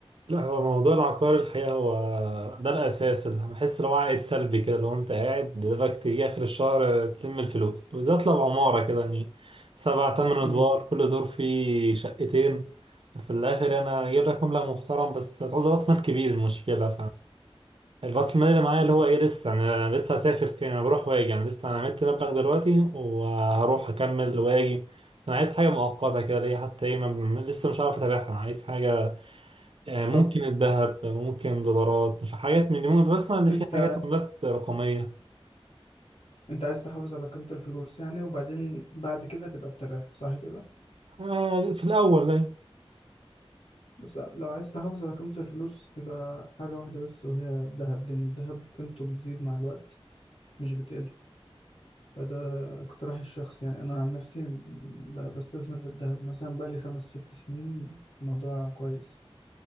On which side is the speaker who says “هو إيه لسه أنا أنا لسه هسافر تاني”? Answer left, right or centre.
Right